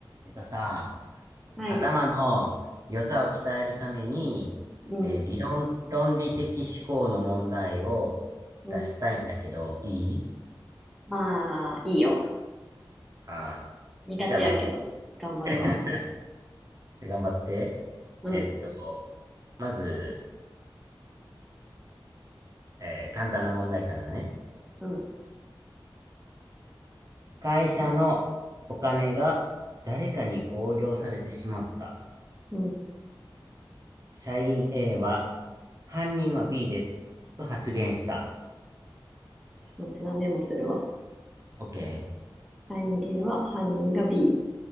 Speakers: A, on the right; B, in the centre.
A: えっとさ、
B: はい。
A: 頭の良さを鍛えるために、
B: うん。
A: えー理論、論理的思考の問題を
B: うん。
A: 出したいんだけど、いい
B: まあ、いいよ。
A: あ
B: 苦手やけど、
A: ー、じゃあまず
B: 頑張るわ。
A: <laughs> で頑張って。
B: うん。
A: えっと、まず、えー簡単な問題からね。
B: うん。
A: 会社のお金が誰かに横領されてしまった。
B: うん。ちょ
A: 社員 A は、犯人は B です。と発言した。
B: っと待って、な、メモするわ。
A: OK。
B: 社員 A は犯人が B。